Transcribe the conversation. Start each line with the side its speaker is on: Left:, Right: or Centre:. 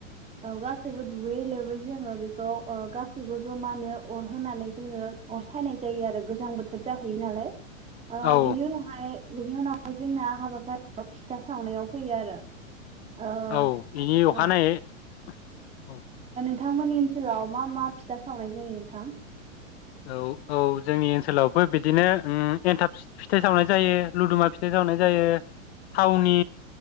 Right: औ गासैबो दुगैयै लोबै जोङो बेखौ ओ गासैबो जमानो अर होनानै जोङो अर सायनाय जायो आरो गोजां बोथोर जाहैयो नालाय ओ
Left: अ औ
Right: बिनि उनावहाय बेनि उनावहाय जोंना हाबाफारियाव फिथा सावनायाव फैयो आरो ओ
Left: औ बिनि अखानायैै
Right: औ
Left: औ
Right: नोंथांमोननि ओनसोलाव मा मा फिथा सावनाय जायो नोंथां
Left: औ औ जोंनि ओनसोलावबो बिदिनो ओम एनथाब फि-फिथाइ सावनाय जायो लुदुमा फिथाइ जावनाय जायो थावनि